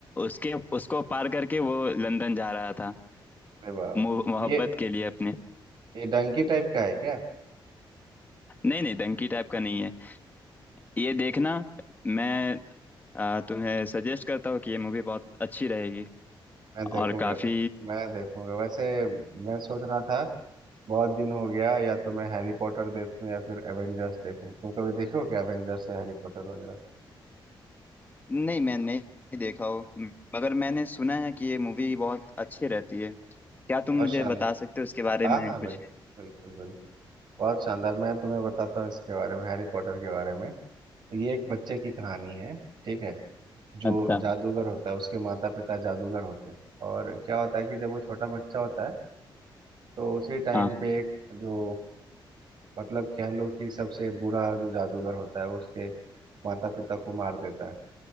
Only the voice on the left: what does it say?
उसके उसको पार करके वो लंदन जा रहा था
मु- मोहब्बत
के लिए अपने
नहीं नहीं डंकी टाइप का नहीं है ये देखना मैं अ, तुम्हें सजेस्ट करता हूँ कि ये मूवी बहुत अच्छी रहेगी
और काफी
नहीं मैं नहीं देखा हो मगर मैंने सुना है कि ये मूवी बहुत अच्छी रहती है क्या तुम
मुझे
बता सकते हो इसके बारे में
कुछ
अच्छा
हाँ